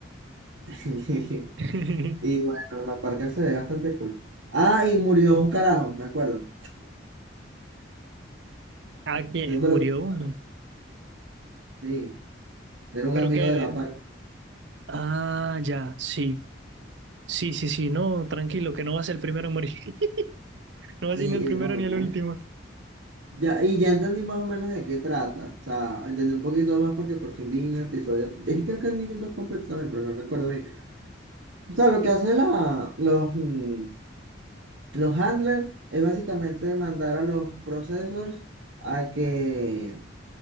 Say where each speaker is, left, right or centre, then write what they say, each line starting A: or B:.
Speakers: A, on the right; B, on the right.
A: <laughs>
B: <laughs>
A: Y bueno, la parca se ve bastante cool. Ah, y murió un carajo, me acuerdo.
B: Ah, que
A: Eso es
B: murió
A: todo lo
B: uno.
A: que... Sí, era un
B: Pero
A: amigo
B: que...
A: de
B: de-
A: la parca.
B: de- Ah, ya, sí. Sí, sí, sí, no, tranquilo, que no vas el primero en morir. <laughs> No vas
A: Y,
B: a ser ni el primero
A: y no, me
B: ni
A: imagino.
B: el último.
A: Ya, y ya entendí más o menos de qué trata. O sea, entendí un poquito más porque por fin vi un episodio. Es que creo que vi dos completos también, pero no recuerdo bien. O sea, lo que hacen la, los, mm, los handlers es básicamente mandar a los processors a que